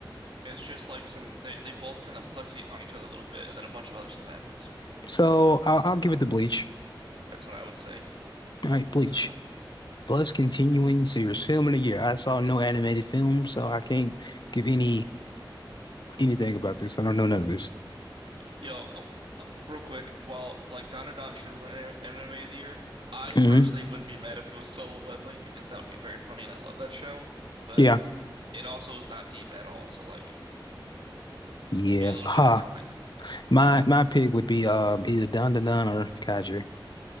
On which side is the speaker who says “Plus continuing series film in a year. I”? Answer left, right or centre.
Left